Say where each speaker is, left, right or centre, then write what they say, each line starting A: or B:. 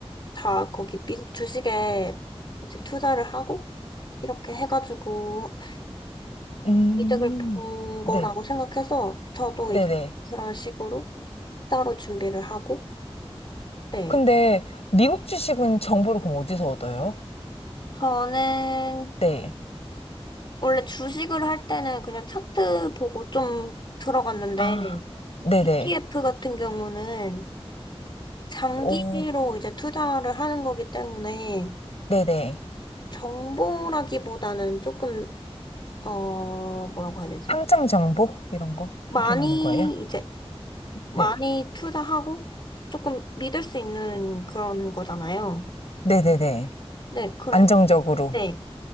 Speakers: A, on the left; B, on the left.
A: 다 거기 미국 주식에 이제 투자를 하고 이렇게 해가지고
B: 음,
A: 이득을 본
B: 네.
A: 거라고 생각해서 저도
B: 네네.
A: 이제 그런 식으로 따로 준비를 하고, 네.
B: 근데 미국 주식은 정보를 그럼 어디서 얻어요?
A: 저는
B: 네.
A: 원래 주식을 할 때는 그냥 차트 보고 좀 들어갔는데
B: 아, 네네.
A: ETF 같은 경우는 장기로
B: 오,
A: 이제 투자를 하는 거기 때문에
B: 네네.
A: 정보라기보다는 조금, 어, 뭐라고 해야 되지?
B: 상장 정보? 이런 거
A: 많이,
B: 확인하는 거예요?
A: 이제, 많이
B: 네.
A: 투자하고 조금 믿을 수 있는 그런 거잖아요.
B: 네네네.
A: 네, 그래서,
B: 안정적으로.
A: 네.